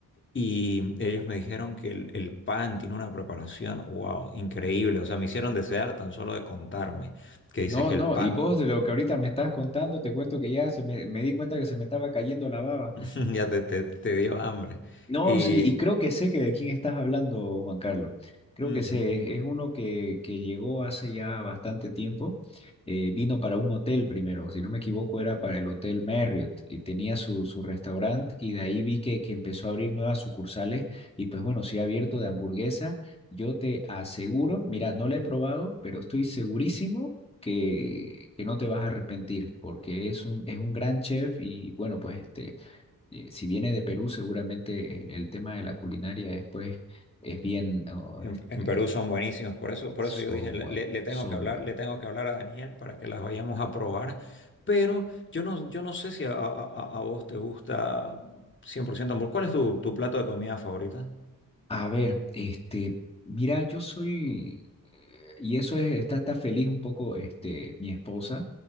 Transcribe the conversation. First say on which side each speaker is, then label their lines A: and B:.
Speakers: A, on the left; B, on the left.
A: y ellos me dijeron que el, el pan tiene una preparación, wow, increíble. O sea, me hicieron desear tan solo de contarme que dice
B: No,
A: que
B: no,
A: el pan
B: y vos de lo que ahorita me estás contando, te cuento que ya se me, me di cuenta que se me estaba cayendo la baba.
A: <laughs> ya te, te, te dio hambre.
B: No,
A: Y
B: sí, y creo que sé que de quién estás hablando, Juan Carlos. Creo
A: ujú.
B: que sé, es, es uno que, que llegó hace ya bastante tiempo. eh, vino para un hotel primero, si no me equivoco, era para el Hotel Marriott y tenía su, su restaurante y de ahí vi que, que empezó a abrir nuevas sucursales y pues bueno, sí ha abierto de hamburguesa. Yo te aseguro, mira, no la he probado, pero estoy segurísimo que, que no te vas a arrepentir porque es un, es un gran chef y bueno, pues este eh, si viene de Perú, seguramente el, el tema de la culinaria después es bien, oh,
A: En,
B: este,
A: en Perú son buenísimos, por eso, por
B: son
A: eso yo dije, le,
B: buenos,
A: le- le tengo
B: son
A: que hablar,
B: buenos.
A: le tengo que hablar a Daniel para que las vayamos a probar, pero yo no, yo no sé si a, a- a- a vos te gusta cien por ciento. hamburguesa. ¿Cuál es tu, tu plato de comida favorita?
B: A ver, este, mira, yo soy, eh, y eso es, está, está feliz un poco, este, mi esposa,